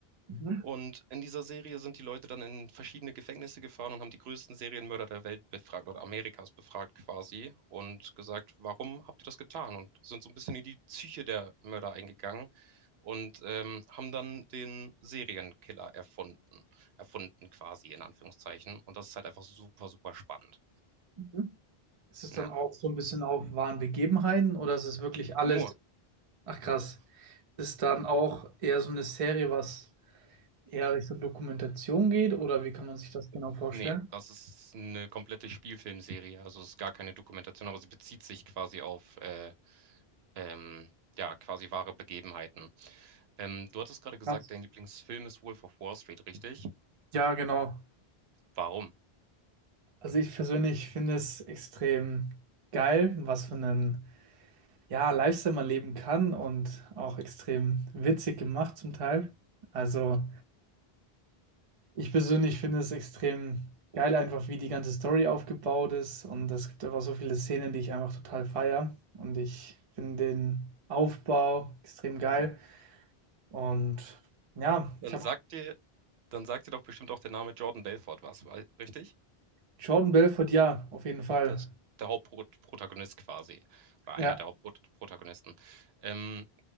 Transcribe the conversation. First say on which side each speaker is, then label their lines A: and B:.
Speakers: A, on the right; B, on the right.
A: Mhm.
B: Und in dieser Serie sind die Leute dann in verschiedene Gefängnisse gefahren und haben die größten Serienmörder der Welt befragt oder Amerikas befragt quasi und gesagt, warum habt ihr das getan? Und sind so ein bisschen in die Psyche der Mörder eingegangen und ähm, haben dann den Serienkiller erfunden. Erfunden quasi in Anführungszeichen. Und das ist halt einfach super, super spannend.
A: Mhm. Ist es
B: Ja.
A: dann auch so ein bisschen auf wahren Begebenheiten oder ist es wirklich alles
B: Nur,
A: Ach krass. Ist dann auch eher so eine Serie, was eher Richtung Dokumentation geht, oder wie kann man sich das genau vorstellen?
B: nee, das ist eine komplette Spielfilmserie. Also es ist gar keine Dokumentation, aber sie bezieht sich quasi auf äh, ähm, ja, quasi wahre Begebenheiten. Ähm, du hattest gerade gesagt,
A: Krass.
B: dein Lieblingsfilm ist Wolf of Wall Street, richtig?
A: Ja, genau.
B: Warum?
A: Also ich persönlich finde es extrem geil, was für einen, ja, Lifestyle man leben kann und auch extrem witzig gemacht zum Teil. Also ich persönlich finde es extrem geil, einfach wie die ganze Story aufgebaut ist und es gibt einfach so viele Szenen, die ich einfach total feier und ich finde den Aufbau extrem geil. Und ja,
B: Dann
A: ich habe
B: sagt dir, dann sagt dir doch bestimmt auch der Name Jordan Belfort was, weil- richtig?
A: Jordan Belfodil, auf jeden Fall.
B: Das ist der Hauptprotagonist quasi. Oder einer
A: Ja,
B: der Hauptprotagonisten. Ähm,